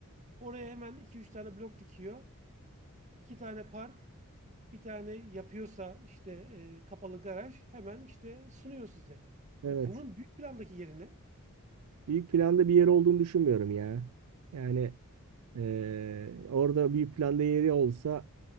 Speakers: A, on the right (about 35°); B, on the right (about 85°).
A: Oraya hemen iki üç tane blok dikiyor. iki tane park, bir tane yapıyorsa işte e, kapalı garaj hemen işte sunuyor size.
B: evet.
A: E, bunun büyük plandaki yerine
B: İlk planda bir yer olduğunu düşünmüyorum ya. Yani Ee, orada bir planda yeri olsa